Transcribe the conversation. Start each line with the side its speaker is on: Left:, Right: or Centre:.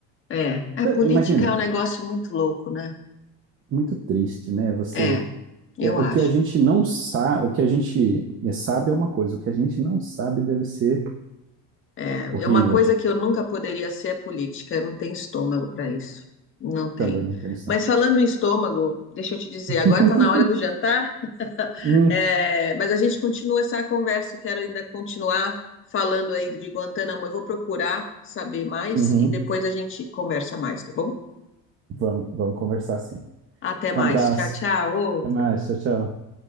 Left: é. A
Right: Eh,
Left: política
Right: Imagina,
Left: é um negócio muito louco, né?
Right: muito triste, né? Você,
Left: É, eu
Right: é,
Left: acho.
Right: o que a gente não sabe, o que a gente é, sabe é uma coisa, o que a gente não sabe deve ser
Left: É
Right: horrível.
Left: é uma coisa que eu nunca poderia ser é política, eu não tenho estômago para isso. Não tem.
Right: Também não tem isso,
Left: Mas
Right: não.
Left: falando em estômago, deixa eu te dizer,
Right: <laughs>
Left: agora está na hora do jantar,
Right: Hum,
Left: é, mas a gente continua essa conversa, eu quero ainda continuar falando aí de Guantanamo. Eu vou procurar saber mais
Right: uhum.
Left: e depois a gente conversa mais, tá bom?
Right: Vamos, vamos conversar sim.
Left: Até mais.
Right: Um abraço.
Left: Tchau, tchau. Outro.
Right: Até mais. Tchau, tchau.